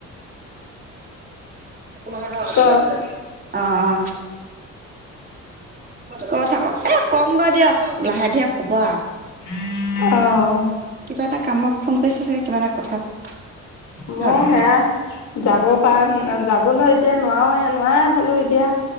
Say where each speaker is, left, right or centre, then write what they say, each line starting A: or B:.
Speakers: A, on the right; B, on the left.
A: একো নহয় ধৰ সেটো
B: ক
A: মাৰি দিলে। অঁ অঁ' কয় থাকক এ কম গৈ দিয়ক লাহে ধীৰে কব আ।
B: অঅ'।
A: কিবা এটা কামত ফোন কৰিছ চাগে, কিবা এটা কথাত।
B: মও
A: হয়
B: সেয়া যাব পা যাবলৈ এতিয়া নোৱাওৱে নোৱাৰাই হ'লোঁ এতিয়া।